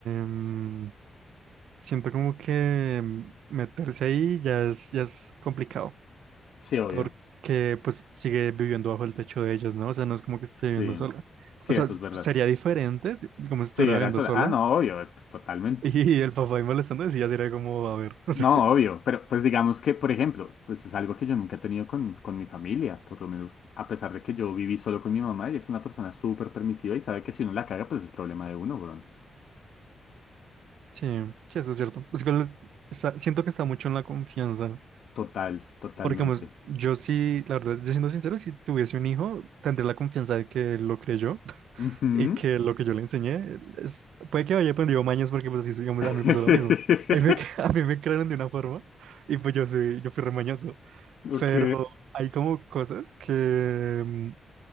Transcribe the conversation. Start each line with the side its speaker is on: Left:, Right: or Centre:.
Right: mm, siento como que mm, meterse ahí ya es, ya es complicado.
Left: Sí, obvio.
Right: Porque pues sigue viviendo bajo el techo de ellos, ¿no? O sea, no es como que esté
Left: Sí,
Right: viviendo sola.
Left: sí,
Right: O sea,
Left: eso es verdad.
Right: sería diferente si- como si
Left: Sí,
Right: estuviera
Left: era
Right: viviendo
Left: eso.
Right: sola.
Left: Ah, no,
Right: <laughs>
Left: obvio, eh, pues, totalmente.
Right: Y el papá ahí molestando, sí ya sería como, a ver, <laughs> o sea.
Left: No, obvio, pero pues digamos que, por ejemplo, pues es algo que yo nunca he tenido con, con mi familia, por lo menos a pesar de que yo viví solo con mi mamá, ella es una persona súper permisiva y sabe que si uno la caga, pues es problema de uno, weón.
Right: Sí, sí, eso es cierto. Es que está- siento que está mucho en la confianza.
Left: Total, totalmente.
Right: Porque, pues, yo sí, la verdad, yo siendo sincero, si tuviese un hijo, tendría la confianza de que él lo creyó <laughs>
Left: Ujú.
Right: y que lo que yo le enseñé es, puede que haya aprendido mañas porque, pues, así, digamos,
Left: <laughs>
Right: a mí me pasó lo mismo. <laughs> A mí me, <laughs> a mí me crearon de una forma y, pues, yo sí, yo fui remañoso.
Left: Ok.
Right: Pero hay como cosas que, mm,